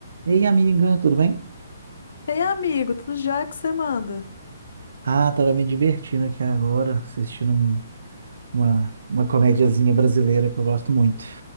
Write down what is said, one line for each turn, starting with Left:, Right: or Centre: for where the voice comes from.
Right: Ei, amiga, tudo bem?
Left: Ei, amigo, tudo já que você manda?
Right: Ah, tava me divertindo aqui agora, assistindo um- uma, uma comediazinha brasileira que eu gosto muito.